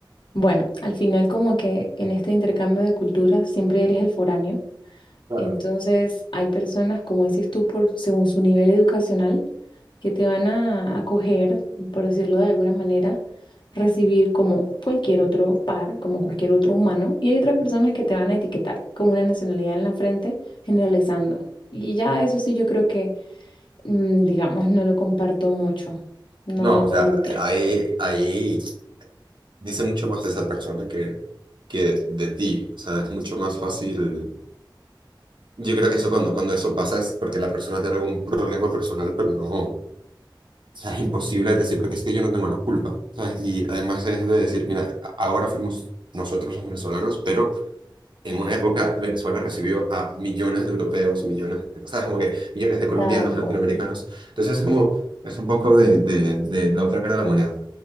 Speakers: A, on the left; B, on the right.
A: bueno, al final como que en este intercambio de culturas siempre eres el foráneo.
B: Claro.
A: Entonces, hay personas, como dices tú, por, según su nivel educacional, que te van a acoger, por decirlo de alguna manera, recibir como cualquier otro par, como cualquier otro humano, y hay otras personas que te van a etiquetar con una nacionalidad en la frente, generalizando. Y ya eso sí, yo creo que, mm, digamos, no lo comparto mucho, no
B: No, o
A: lo
B: sea,
A: nutre.
B: ahí, ahí dice mucho más de esa persona que, que de ti. O sea, es mucho más fácil. Yo creo que eso cuando, cuando eso pasa es porque la persona tiene algún problema personal, pero no. O sea, es imposible decir, porque es que yo no tengo la culpa. ¿sabes? Y además es de decir, mira, ahora fuimos nosotros los venezolanos, pero... En una época, Venezuela recibió a millones de europeos, millones de, o sea, como que millones de colombianos,
A: Tal
B: de
A: cual.
B: latinoamericanos. Entonces, es como, es un poco de, de, de la otra cara de la moneda.